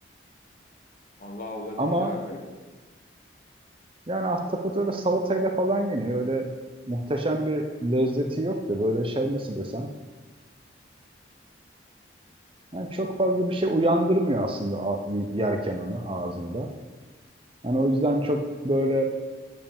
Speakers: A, on the left (about 45°); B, on the right (about 30°).
A: Vallahi olabilir
B: Ama
A: abi.
B: yani ahtapot öyle salatayla falan yeniyor. Öyle muhteşem bir lezzeti yok da böyle şey nasıl desem. Yani çok fazla bir şey uyandırmıyor aslında a- yerken onu ağzında. Hani o yüzden çok böyle